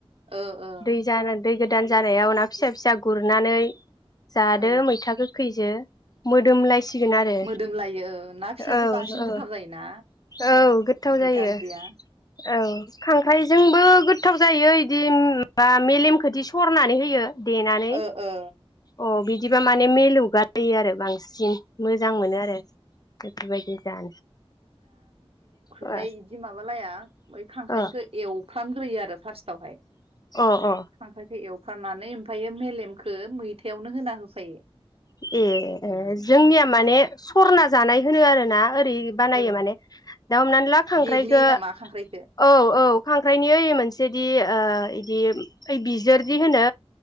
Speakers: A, on the right; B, on the left.
A: ओ ओ
B: दै जानो दै गो गोदान जानायाव ना फिसा फिसा गुरनानै जादो
A: औ
B: मैथा गोखैजो मोदोमलायसिगोन आरो
A: मोदोमलायो औ ना फिसाजो
B: औ
A: बांसिन
B: औ
A: गोथाव जायोना
B: औ
A: मैथा
B: जायो
A: ओंख्रिया
B: औ खा खांख्रायजोंबो गोथाव जायो इदि माबा मेलेमखोदि सरनानै होयो देनानै
A: ओ ओ
B: अ बिदि बिदिबा माने मेलौगा लायो आरो बांसिन सिन मोजां मोनो आरो बेफोरबायदि जानो अ
A: ओमफ्राय इदि माबालाया ओमफाय खांख्राइखौ
B: अ
A: एवफ्रामग्रोयो आरो फार्स तावहाय
B: अ
A: खांख्राइखो एव खानानै ओमफ्रायो मेलेमखो मैथायावनो होना होफायो
B: ए
A: बिदि
B: ओ जोंनिया माने सरना जानाय होनो आरो ना ओरै बानायो
A: ओ
B: माने दा हमनानै ला खांख्राइखो
A: देग्लियो नामा खांख्राइखो
B: औ औ खांख्राइनि ओइ मोनसेदि ओ इदि ओइ बिजोरदि होनो